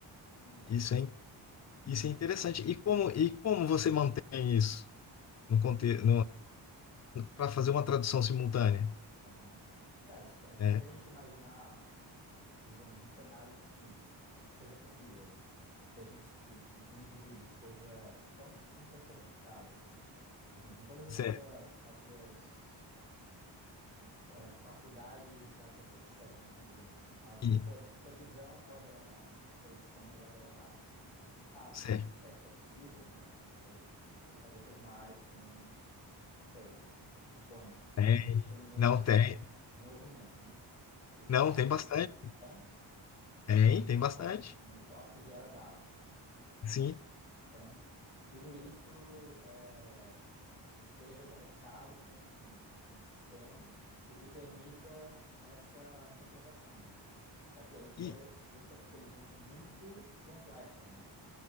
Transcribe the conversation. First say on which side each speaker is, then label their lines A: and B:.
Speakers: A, on the left (about 85°); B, on the left (about 35°).
A: sim, exatamente.
B: Isso é, in- isso é interessante. E como, e como você mantém isso? no contexto, para fazer uma tradução simultânea,
A: Aham. É, se
B: né?
A: a gente imaginar digamos, um cenário em que seja possível que a gente, que, né, que um indivíduo esteja tão interconectado, né, digamos, em todas as
B: Certo.
A: suas, as suas é, faculdades da percepção, né, digamos assim, a,
B: E,
A: a sua, a sua visão, ela gera dados, a sua audição, ela gera dados, o tato,
B: certo.
A: se é que isso é possível, né, não sei, acho que isso talvez seja uma área que tem menos, não sei, suponho,
B: Tem.
A: tem menos
B: Não tem.
A: desenvolvimento, né, que o tato
B: Não tem bastante.
A: tem,
B: Tem, tem bastante.
A: toque, né? O toque gera dados.
B: Sim.
A: Então, tudo isso é, esteja conectado com, né, um sistema e que permita essa interpretação, né? Só que aí precisaria,
B: E,
A: você teria que ser uma inteligência muito complexa, né?